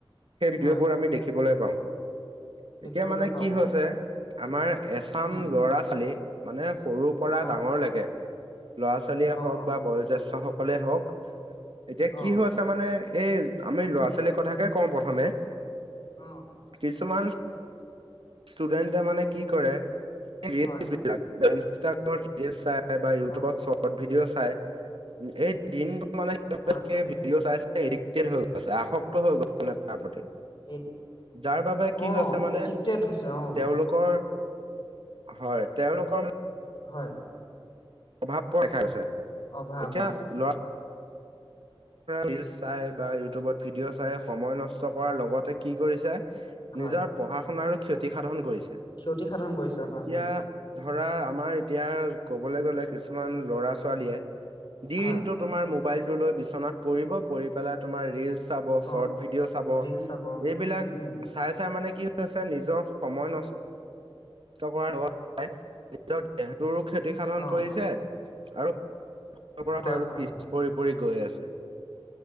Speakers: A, on the right; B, on the left.
A: সেই ভিডিঅ'
B: হয়,
A: বোৰ আমি দেখিবলৈ পাওঁ, এতিয়া
B: দেখিবলৈ
A: মানে
B: পাওঁ,
A: কি হৈছে,
B: অ',
A: আমাৰ এচাম
B: উম,
A: ল'ৰা -ছোৱালীক, মানে সৰু পৰা
B: অ',
A: ডাঙৰ লৈকে, ল'ৰা- ছোৱালীয়ে
B: অ',
A: হওঁক
B: অ',
A: বা বয়োজ্যষ্ঠ সকলে হওঁক, এতিয়া,
B: অ',
A: কি হৈছে মানে এই আমি ল'ৰা -ছোৱালীৰ কথাকে কওঁ প্ৰথমে,
B: অ'
A: কিছুমান, ষ্টুডেন্টে মানে কি কৰে, ৰিলচ
B: হয়,
A: ভিডিঅ'ত ইনষ্টাগ্ৰামত ৰিলচ চাই বা ইউটিউবত
B: হয়,
A: চৰ্ট চৰ্ট ভিডিঅ' চাই। এই দিনটো মানে এই বিলাকে
B: হয়, হয়,
A: ভিডিঅ' চাই, চাই এডিক্টেড হৈ গৈছে আসক্ত হৈ গৈছে মানে। আপত্তি,
B: এই
A: যাৰ বাবে কি
B: অ',
A: হৈছে মানে,
B: এডিক্টেড হৈছে, অ',
A: তেওঁলোক কৰ, হয়' তেওঁলোকৰ,
B: হয়',
A: প্ৰভাৱ পোৱা, দেখা গৈছে।
B: অভাৱ
A: এতিয়া
B: অঁ।
A: ল'ৰা ৰিলচ চাই বা ইউটিউবত ভিডিঅ' চাই সময় নষ্ট কৰাৰ লগতে কি কৰিছে,
B: হয়,
A: নিজৰ পঢ়া -শুনাৰো ক্ষতি সাধন কৰিছে।
B: ক্ষতি সাধন কৰিছে
A: এতিয়া
B: হয়, হয়।
A: ধৰা আমাৰ এতিয়া ক'বলৈ গ'লে কিছুমান ল'ৰা- ছোৱালীয়ে দিনটোত।
B: হয়,
A: তোমাৰ মোবাইলটো লৈ বিচনাত পৰিব। পৰি পেলাই তোমাৰ ৰিলচ, চাব, চৰ্ট
B: অ',
A: ভিডিঅ' চাব,
B: ৰিল চাব, অ
A: এইবিলাক
B: উম, উম,
A: চাই চাই মানে কি হৈছে নিজৰ, সময়, নষ্ট কৰাৰ লগত নিজৰ সিহঁতৰো ক্ষতি সাধন
B: অ',
A: কৰিছে, আৰু, পৰা
B: হয়,
A: তেওঁলোক
B: হয়,
A: পিচ, পৰি পৰি গৈ আছে।